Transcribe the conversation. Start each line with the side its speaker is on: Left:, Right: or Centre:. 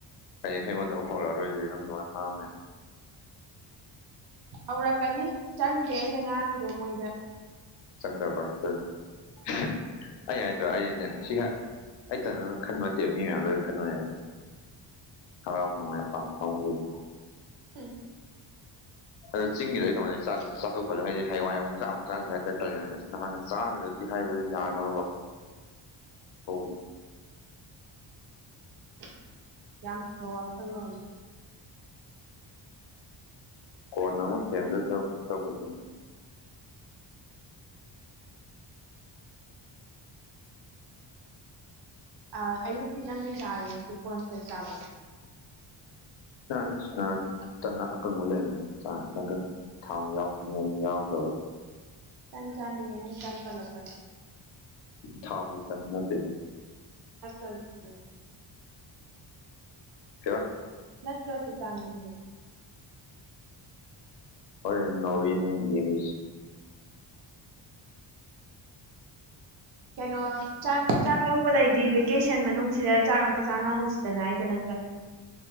Left: ꯍꯌꯦꯡꯍꯦ ꯑꯩꯉꯣꯟꯗ ꯑꯃꯨꯛ ꯍꯧꯔꯛ ꯑꯔꯣꯏꯗꯣꯏꯗꯤ ꯅꯪ ꯗꯨꯃꯥꯏ ꯉꯥꯡꯕ ꯃꯌꯥꯝ
Right: ꯍꯧꯔꯛꯀꯅꯤ ꯆꯪꯗꯦ ꯑꯩꯅ ꯉꯥꯡꯉꯤꯗꯣ ꯃꯣꯏꯗ
Left: ꯆꯪꯗꯕ꯭ꯔꯥ <unintelligible> ꯑꯩ ꯍꯥꯏꯗꯔ ꯑꯩꯅꯦ ꯁꯤꯍꯦꯛ ꯑꯩꯊꯟꯅ ꯈꯟꯕ ꯅꯠꯇꯦꯕ ꯃꯤ ꯃꯌꯥꯝ ꯂꯣꯏ ꯈꯟꯕꯅꯦꯕ ꯍꯔꯥꯎ ꯅꯨꯡꯉꯥꯏꯕ ꯄꯥꯝꯕ <unintelligible>
Right: ꯎꯝ
Left: ꯑꯗ ꯆꯤꯡꯒꯤꯗꯩ ꯑꯩꯅ ꯈꯟꯕꯗ ꯆꯥꯛꯇꯣ ꯆꯥꯊꯣꯛꯄ ꯍꯥꯏꯗꯤ ꯍꯦꯡꯋꯥꯏ ꯆꯥꯛ ꯑꯃꯨꯛ ꯆꯥꯛ ꯑꯃꯨꯛ ꯆꯥꯅꯁꯦ ꯍꯥꯏꯇ ꯇꯜꯂꯤꯅ ꯑꯁ ꯅꯍꯥꯟꯅ ꯆꯥꯈ꯭ꯔꯗꯤ ꯍꯥꯏꯕ ꯌꯥꯅꯕꯀꯣ <unintelligible>
Right: <inaudible> ꯌꯥꯝ ꯐꯕ ꯋꯥꯈꯜꯂꯣꯟꯅꯤ
Left: ꯀꯣꯟꯅ ꯑꯃꯨꯛ ꯊꯦꯝꯗꯧ ꯁꯔꯨꯛ ꯁꯔꯨꯛꯄꯨꯗꯤ
Right: ꯑ ꯑꯌꯨꯛꯀꯤ ꯅꯪ ꯀꯩꯥ ꯆꯥꯔꯒꯦ ꯉꯁꯤ ꯀꯣꯟ <unintelligible> ꯆꯥꯕ꯭ꯔ
Left: <unintelligible> ꯇꯟ ꯑꯀꯪꯕ ꯂꯩꯅ ꯆꯥꯔꯦ ꯇꯟꯒꯪ ꯊꯥꯎ ꯌꯥꯎ <unintelligible> ꯌꯥꯎꯗꯕ
Right: ꯇꯟ ꯆꯥꯅꯤꯡꯉꯦ ꯅꯪ ꯇꯟ ꯄꯜꯂꯛꯇꯅ
Left: ꯊꯥꯎꯒꯤ ꯇꯟ ꯅꯠꯇꯦꯟ
Right: ꯅꯠꯇ꯭ꯔꯁꯨ <unintelligible>
Left: ꯀꯩꯋ
Right: ꯅꯠꯇ꯭ꯔꯁꯨ ꯆꯥꯅꯤꯡꯉꯦ
Left: ꯍꯣꯔꯦꯟ ꯅꯣꯔꯋꯦꯅꯦ ꯌꯦꯡꯗꯣꯏꯁꯦ
Right: ꯀꯩꯅꯣ ꯆꯥꯛ ꯆꯥꯛ ꯂꯧꯕꯗꯩꯗꯤ ꯚꯦꯀꯦꯁꯟ ꯃꯅꯨꯡꯁꯤꯗ ꯆꯥꯛ ꯑꯝꯇ ꯆꯥꯅꯍꯧꯁꯤꯗꯅ ꯑꯩꯒ ꯅꯪꯒ